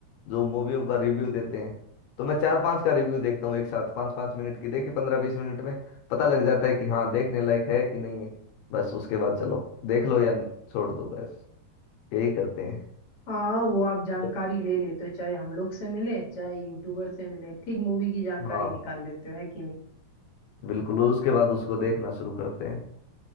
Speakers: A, on the left; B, on the left.
A: जो मूवियों का रिव्यू देते हैं तो मैं चार पांच का रिव्यू देखता हूँ एक साथ पाँच पाँच मिनट की देखी पंद्रह बीस मिनट में पता लग जाता है कि हाँ देखने लायक है कि नहीं है बस उसके बाद चलो देख लो या छोड़ दो बस यही करते हैं
B: हाँ वो आप जानकारी
A: तो
B: ले लेते हो चाहे हम लोग से मिले चाहे यूट्यूबर से मिले ठीक मूवी की जानकारी
A: हाँ
B: निकाल लेते हो है कि नहीं
A: बिल्कुल उसके बाद उसको देखना शुरू करते हैं